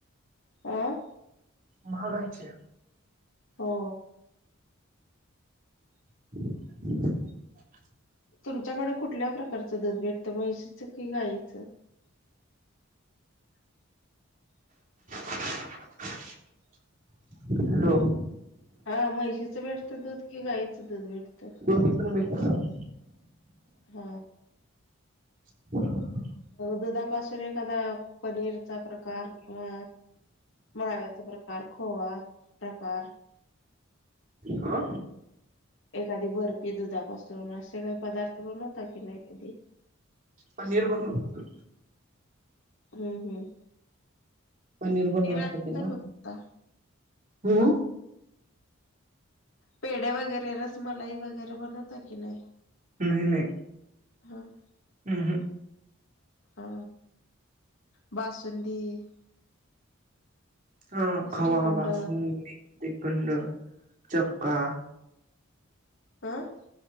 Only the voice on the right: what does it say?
महाग हाय की.
<unintelligible>
<unintelligible> हॅलो!
दोनही पण भेटत.
<unintelligible>
हा
पनीर बनवतो.
पनीर बनवायसाठी
ना
हम्म.
नाही नाही.
हम् हम.
हा खवा,
बासुंदी ते खंड, चक्का.